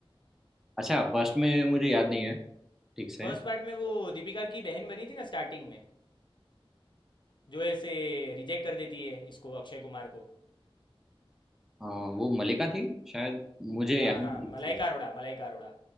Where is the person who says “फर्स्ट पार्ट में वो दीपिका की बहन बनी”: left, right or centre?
Left